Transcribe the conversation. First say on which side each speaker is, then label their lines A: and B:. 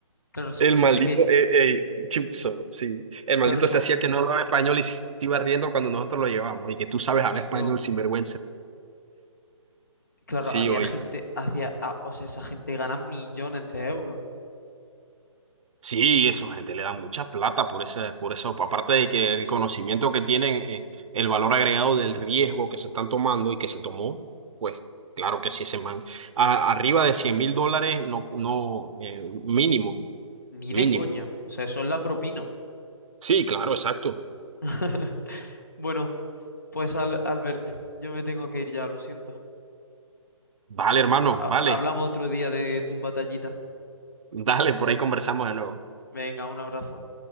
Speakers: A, on the left; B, on the right.
A: Claro, son
B: El
A: gente
B: maldito,
A: que,
B: eh, eh, Chipso, sí. El maldito
A: claro, son,
B: se hacía que no hablaba español y se iba riendo cuando nosotros lo llevamos. Y que tú sabes hablar
A: tío
B: español sin vergüenza.
A: claro,
B: Sí,
A: había
B: oye.
A: gente hacia, a- o sea, esa gente gana millones de euros.
B: Sí, eso, gente, le da mucha plata por ese, por eso, aparte de que el conocimiento que tienen, eh, el valor agregado del riesgo que se están tomando y que se tomó, pues claro que sí, ese man, a- arriba de cien mil dólares, no, no, eh, mínimo,
A: Ni
B: mínimo.
A: de coña. O sea, eso es la propina.
B: Sí, claro, exacto.
A: <laughs> Bueno, Pues Al- Albert, yo me tengo que ir ya, lo siento.
B: Vale, hermano,
A: Ha-
B: vale.
A: hablamos otro día de tus batallitas.
B: Dale, por ahí conversamos de nuevo.
A: Venga, un abrazo.